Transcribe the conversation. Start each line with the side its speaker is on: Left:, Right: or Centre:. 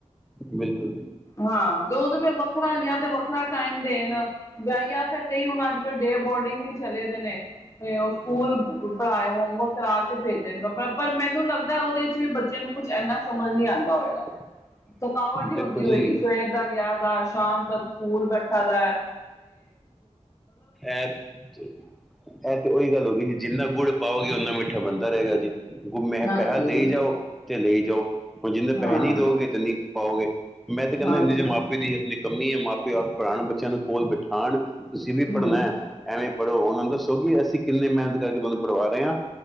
Centre: ਬਿਲਕੁਲ,
Left: ਹਾਂ ਤੇ ਉਹ ਤੇ ਫੇਰ ਵੱਖਰਾ ਜਿਹਾ, ਤੇ ਵੱਖਰਾ ਟਾਈਮ ਦੇਣ। ਜਾਂ ਫਿਰ ਕਈ ਹੁਣ ਅੱਜ -ਕੱਲ੍ਹ ਡੇ ਬੋਰਡਿੰਗ ਵੀ ਚਲੇ ਦੇ ਨੇ। ਤੇ ਉਹ ਸਕੂਲ ਪੜ੍ਹਾਏ ਹੋਮਵਰਕ ਕਰਾ ਕੇ ਭੇਜਦੇ ਨੇ, ਪਾ ਪਰ ਮੈਨੂੰ ਲੱਗਦਾ ਉਹਦੇ ਚ ਵੀ ਬੱਚਿਆਂ ਨੂੰ ਕੁਛ ਇੰਨਾ ਸਮਝ ਨਹੀਂ ਆਂਦਾ ਹੋਏਗਾ।
Centre: <unintelligible>
Left: ਥਕਾਵਟ ਹੀ
Centre: ਦੇਖੋ
Left: ਹੁੰਦੀ
Centre: ਜੀ
Left: ਹੋਏਗੀ, ਸਵੇਰ ਦਾ ਗਿਆ ਦਾ ਸ਼ਾਮ ਤੱਕ ਸਕੂਲ ਬੈਠਾ ਦਾ ਐ।
Centre: ਐ ਚ ਇਹ ਤੇ ਉਹੀ ਗੱਲ ਹੋ ਗਈ ਜੀ, ਜਿੰਨਾ ਗੁੜ ਪਾਓਗੇ ਓਨਾ ਮਿੱਠਾ ਬਣਦਾ ਰਹੇਗਾ ਜੀ। ਮੈਂ
Left: ਹਾਂਜੀ
Centre: ਪੈਸਾ ਦੇਈ ਜਾਓ ਤੇ ਲਈ ਜਾਓ, ਹੁਣ ਜਿੰਨੇ
Left: ਹਾਂ
Centre: ਪੈਸੇ ਨਹੀਂ ਦਓਗੇ ਤੇ ਨਹੀਂ ਪਾਓਗੇ। ਮੈਂ ਤੇ ਕਹਿੰਦਾ
Left: ਹਾਂਜੀ
Centre: ਇਹਦੇ ਚ ਮਾਪੇ ਦੀ ਆਪਣੀ ਕਮੀ ਏ, ਮਾਪੇ ਆਪ ਪੜ੍ਹਾਣ ਬੱਚਿਆਂ ਨੂੰ ਕੋਲ ਬੈ ਤੁਸੀਂ ਵੀ
Left: ਹਮ
Centre: ਪੜ੍ਹਨਾ, ਐਵੇਂ ਪੜ੍ਹੋ ਉਹਨਾਂ ਨੂੰ ਦੱਸੋ ਕਿ ਅਸੀਂ ਕਿੰਨੇ ਮਿਹਨਤ ਕਰਕੇ ਤੁਹਾਨੂੰ ਪੜਵਾ ਰਹੇ ਹਾਂ,